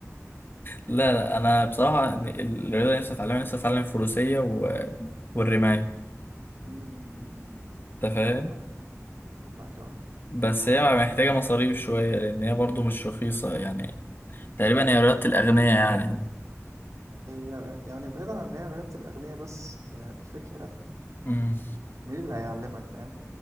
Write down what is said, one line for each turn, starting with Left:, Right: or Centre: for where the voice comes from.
Left: لا لا انا بصراحه الرياضه نفسي اتعلمها نفسي اتعلم فروسيه و... والرمايه
Right: <laughs> أمم،
Left: انت فاهم
Right: اتفق معاك اتفق معاك قوي
Left: بس هي محتاجه مصاريف شويه لان هي برضو مش رخيصه يعني تقريبا هي رياضه الاغنياء يعني
Right: هي غ- يعني بعيدا عن ان هي رياضة الأغنياء بس آه، الفكرة
Left: مم.
Right: مين اللي هيعلمك فاهم؟